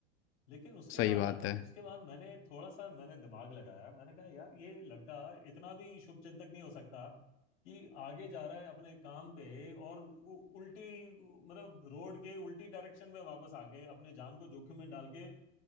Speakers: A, on the left; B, on the left.
A: लेकिन उसके
B: सही
A: बाद
B: बात है
A: उसके बाद मैंने थोड़ा सा मैंने दिमाग लगाया मैंने कहा यार ये लड़का इतना भी शुभ चिंतक नहीं हो सकता कि आगे जा रहा है अपने काम पे और उ- उल्टी मतलब रोड के उल्टी डायरेक्शन में वापस आके अपने जान को जोखिम में डाल के